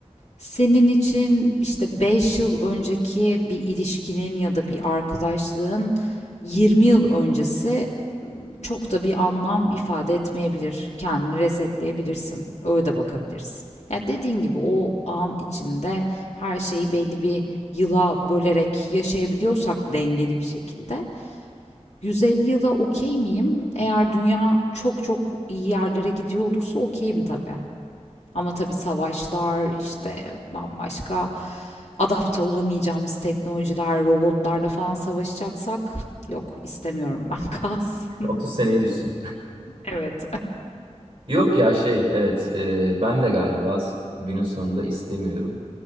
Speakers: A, on the left (about 70°); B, on the right (about 45°).
A: senin için işte 5 yıl önceki bir ilişkinin ya da bir arkadaşlığın 20 yıl öncesi m, çok da bir anlam ifade etmeyebilir. Kendini resetleyebilirsin. Öyle de bakabiliriz. Yani dediğin gibi o an içinde her şeyi belli bir yıla bölerek yaşayabiliyorsak dengeli bir şekilde 150 yıla okey miyim? Eğer dünya çok çok iyi yerlere gidiyor olursa okeyim tabii. Ama tabii savaşlar, işte bambaşka adapte olamayacağımız teknolojiler, robotlarla falan savaşacaksak yok istemiyorum ben <laughs> kalsın.
B: 30 seneye düşsün.
A: Evet.
B: Yok ya şey evet e, ben de galiba günün sonunda istemiyorum.